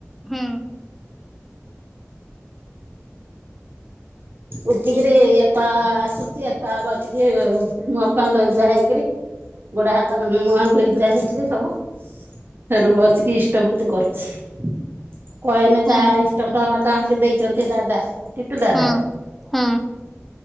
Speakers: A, in the centre; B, on the right.
A: ହୁଁ
B: ଉଠିକିରି ଏକା ଆସୁଛି, ଏକା ବସିକି ମୁହଁ ଫୁହଁ ଧୋଇ ଧୁଆ ହେଇକିରି। ଗୋଡ ହାତ ମୁ ମୁହଁ ଧୋଇ ଧୁଆ ହେଇକିରି ସବୁ ଫେର ବସିକି ଇଷ୍ଟଭୂତି କରୁଛି। କଏନ
A: ହୁଁ
B: ଚାଳିିଶ ଟଙ୍କା ମତେ ଆଣିକି ଦେଇଛନ୍ତି ଦାଦା ଟିଟୁ ଦାଦା।
A: ହୁଁ ହୁଁ।